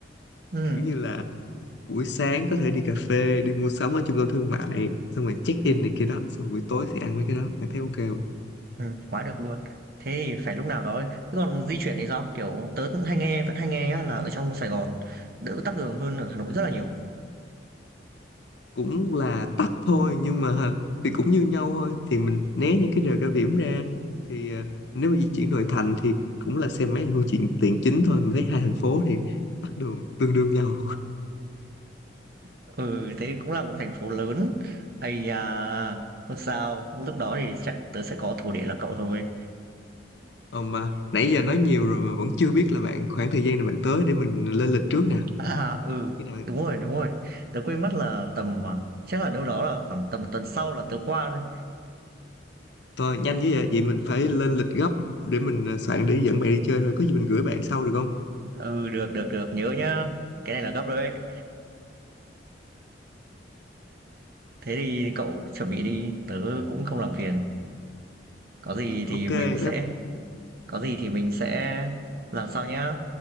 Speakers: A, on the right (about 55°); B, on the left (about 70°).
A: ừ,
B: kiểu như là buổi sáng có thể đi cà phê, đi mua sắm ở trung tâm thương mại, xong rồi check
A: ừ,
B: in này kia đó, xong buổi tối thì ăn mấy cái đó. Bạn thấy ok không?
A: ừ, quá được luôn. Thế thì phải lúc nào đó. Thế còn di chuyển thì sao? Kiểu tớ cũng hay nghe vẫn hay nghe nhá, là ở trong Sài Gòn đỡ tắc đường hơn ở Hà Nội rất là nhiều.
B: Cũng là tắt thôi nhưng mà <laughs> thì cũng như nhau thôi thì mình né những cái giờ cao điểm ra thì à, nếu mà di chuyển nội thành thì cũng là xe máy là phương tiện tiện chính thôi mình thấy hai thành phố thì tắc đường tương đương nhau
A: Ừ, thế cũng là một thành phố lớn. Ây à, không sao, lúc đó thì chắc tớ sẽ có thổ địa là cậu thôi.
B: Ờ, mà nãy giờ nói nhiều rồi mà vẫn chưa biết là bạn khoảng thời gian nào bạn tới để mình lên lịch trước nè.
A: À, à, ừ,
B: Khi nào
A: đúng rồi, đúng rồi. Tớ quên mất là tầm à, chắc là đâu đó là khoảng tầm tuần sau là tớ qua thôi.
B: thôi nhanh chứ vậy, vậy mình phải lên lịch gấp để mình ờ, soạn để dẫn bạn đi chơi thôi có gì mình gửi bạn sau được không?
A: Ừ, được, được, được, nhớ nhá. Cái này là gấp rồi đấy. Thế thì cậu chuẩn bị đi, tớ cũng không làm phiền. Có gì
B: Ok,
A: thì mình
B: bye
A: sẽ,
B: bye.
A: có gì thì mình sẽ làm sao nhá.